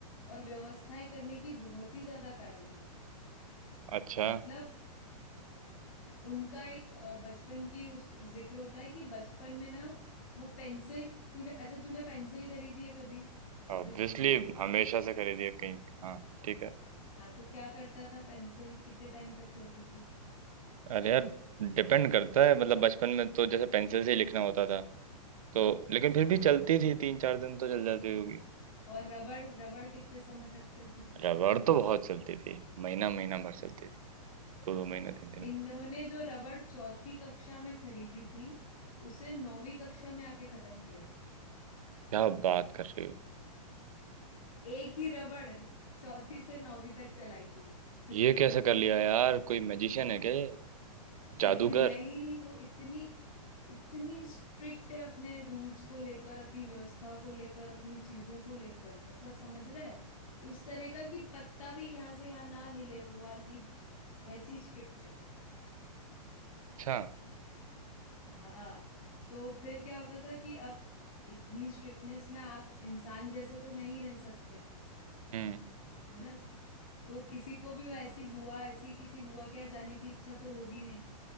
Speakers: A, on the left; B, on the right.
A: और व्यवस्थाएं करने की बहुत ही ज्यादा कायल थी
B: अच्छा
A: मतलब उनका एक अ, बचपन की उस जिक्र होता है कि बचपन में ना वो पेंसिल तूने अच्छा तूने पेंसिल खरीदी है कभी
B: ऑब्वियसली
A: ऑब्वियसली खरीदी होगी
B: हमेशा से खरीदिए कहीं हाँ ठीक है
A: हाँ तो क्या करता था पेंसिल कितने टाइम तक चलती थी
B: अरे यार डिपेंड करता है मतलब बचपन में तो जैसे पेंसिल से ही लिखना होता था तो लेकिन फिर
A: हाँ
B: भी चलती थी तीन चार दिन तो चल जाती होगी
A: और रबड़ रबड़ कितने समय तक चलती थी
B: रबड़ तो बहुत चलती थी महीना महीना भर चलती थी दो दो महीना तीन तीन महीना
A: इन्होंने जो रबड़ चौथी कक्षा में खरीदी थी उसे नौवीं कक्षा में आके खत्म किया था
B: क्या बात कर रही हो
A: एक ही रबड़ चौथी से नौवीं तक चलाई थी <laughs>
B: ये कैसे कर लिया यार कोई मैजिशियन है क्या ये
A: <laughs>
B: जादूगर
A: नहीं वो इतनी इतनी स्ट्रिक्ट है अपने रूल्स को लेकर अपनी व्यवस्था को लेकर अपनी चीजों को लेकर मतलब समझ रहा है उस तरह का कि पत्ता भी यहाँ से यहाँ ना हिले वो वाली वैसी स्ट्रिक्ट है
B: अच्छा
A: हाँ तो फिर क्या होता था कि अब इतनी स्ट्रिक्टनेस में आप इंसान जैसे तो नहीं रह सकते
B: हम्म
A: है ना तो किसी को भी वो ऐसी बुआ ऐसी किसी बुआ के यहाँ जाने की इच्छा तो होगी नहीं